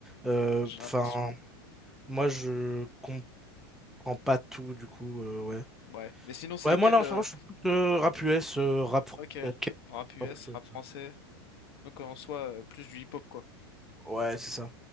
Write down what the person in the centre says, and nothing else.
euh,
Enfin, moi, je comprends pas tout, du coup, euh, ouais.
Ouais,
moi, là, en
ce moment, je suis plus euh, rap US, euh, rap français.
K-pop,
euh,
Ouais, c'est ça.